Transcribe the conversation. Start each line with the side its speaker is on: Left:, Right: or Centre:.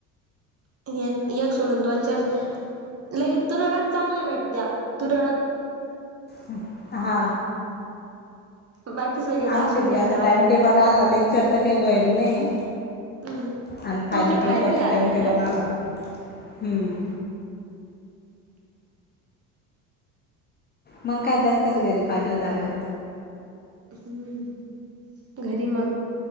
Right: एक एक सोडून दोन चार लई तुरळच चांगले भेटत्या तुरळत
Left: हम हा
Right: बाकी सगळ्यात
Left: आमचे
Right: असेच
Left: बी
Right: राहते
Left: आता
Right: आराम
Left: टाइमटेबल आला लेक्चर तर काही व्हायल नाही
Right: हम्म
Left: आणि फायनल
Right: तुमचे
Left: पेपरचा
Right: आहे आता
Left: टाइम
Right: आहे
Left: टेबल
Right: ना
Left: आला हम्म मग काय जास्तच घरी फायनल झाल्यावर
Right: हम घरी मग